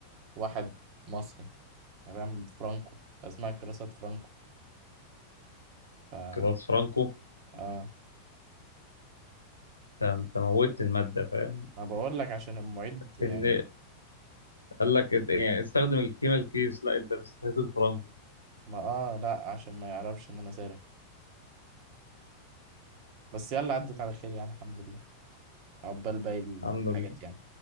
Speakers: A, on the right; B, on the left.
A: واحد مصري يعني فاهم فرانكو اسمها كراسات فرانكو ف
B: كلاس فرانكو
A: اه
B: ده انت موتت الماده فاهم
A: ما بقول لك عشان المعيد يعني
B: ان قال لك إت- يعني استخدم الكيميال كيس لا انت بتستخدم فرنك
A: ما اه لا عشان ما يعرفش ان انا سارق بس يلا عدت على خير يعني الحمد لله عقبال باقي
B: الحمد
A: الحاجات
B: لله
A: يعني